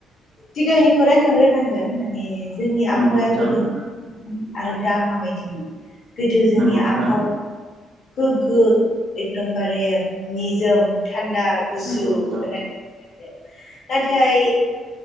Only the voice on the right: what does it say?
नंगौ नोंथां
नंगौ नोंथां
नंगौ नोंथां